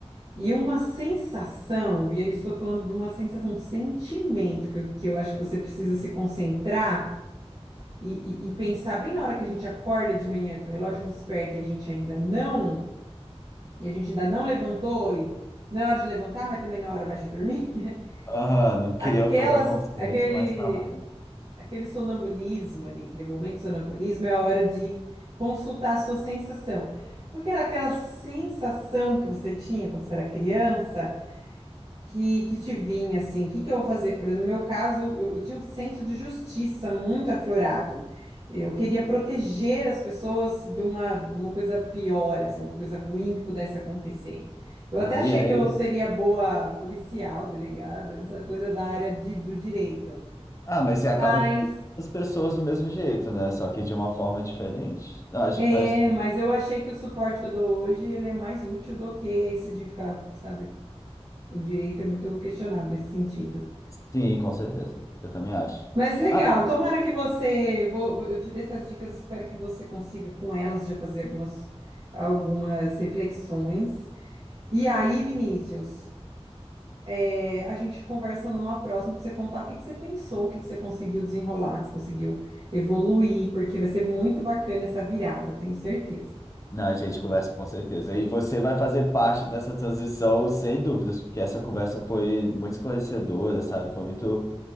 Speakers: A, on the right; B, on the left.
A: E uma sensação, e aí estou falando de uma sensação, um sentimento que eu, que eu acho que você precisa se concentrar e, e e pensar bem na hora que a gente acorda de manhã, que o relógio desperta e a gente ainda não e a gente ainda não levantou, e não é hora de levantar, mas também não é hora mais de dormir.
B: <laughs> aham,
A: <laughs>
B: não
A: Aquelas,
B: criou toda a consciência,
A: aquele,
B: mas tá lá. hein?
A: aquele sonambulismo ali, aquele momento de sonambulismo é a hora de consultar a sua sensação. Qual que era aquela sensação que você tinha quando você era criança? que, que te vinha assim, o que que eu vou fazer? Por exemplo, no meu caso, eu, eu tinha um senso de justiça muito aflorado. Eu queria proteger as pessoas de uma, de uma coisa pior, assim, de uma coisa ruim que pudesse acontecer. Eu
B: Ah,
A: até achei
B: e aí,
A: que eu seria boa policial, delegada, essa coisa da área de- do direito.
B: ah, mas você acaba
A: Mas,
B: que cuida as pessoas do mesmo jeito, né? Só que de uma forma diferente. Eu acho
A: é,
B: que faz tudo.
A: mas eu achei que o suporte que eu dou hoje, ele é mais útil do que esse de ficar, sabe? O direito é muito questionável nesse sentido.
B: Sim, com certeza. Eu também acho.
A: Mas legal,
B: Ah,
A: tomara que você, vou, eu te dei essas dicas, espero que você consiga com elas já fazer algumas, algumas reflexões. E aí, Vinícius, é, a gente conversa numa próxima para você contar o que que você pensou, o que que você conseguiu desenrolar, que você conseguiu evoluir, porque vai ser muito bacana essa virada, tenho certeza.
B: não, a gente conversa com certeza. E você vai fazer parte dessa transição, sem dúvidas, porque essa conversa foi muito esclarecedora, sabe? Foi muito